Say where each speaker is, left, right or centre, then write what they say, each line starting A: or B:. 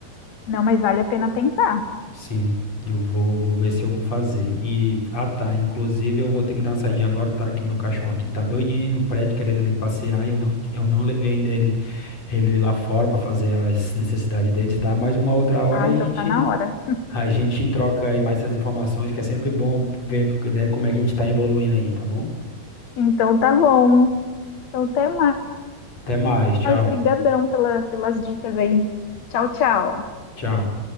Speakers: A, on the left; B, on the left.
A: não, mas vale a pena tentar.
B: Sim, eu vou, vou ver se eu vou fazer. E, ah tá, inclusive eu vou ter que dar uma saidinha agora, tá? Que meu cachorro aqui tá doidinho no prédio, querendo ali passear, e eu não, eu não levei ainda ele, ele lá fora pra fazer as necessidades deles, tá? Mas uma outra hora
A: Ah,
B: a
A: então
B: gente.
A: tá na hora.
B: A gente troca aí mais essas informações, que é sempre bom ver, né, como é que a gente tá evoluindo aí, tá bom?
A: Então tá bom. Então, até mais.
B: Até mais, tchau.
A: Brigadão pela, pelas dicas aí. Tchau, tchau.
B: Tchau.